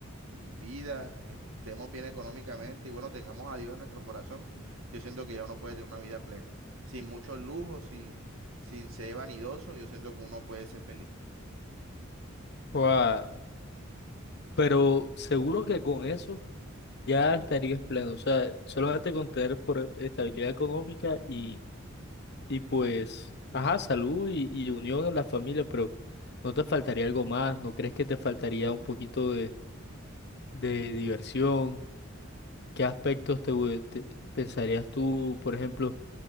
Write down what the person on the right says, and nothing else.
vida, estemos bien económicamente y bueno, tengamos a Dios en nuestro corazón, yo siento que ya uno puede tener una vida plena. Sin muchos lujos, sin, sin ser vanidoso, yo siento que uno puede ser feliz.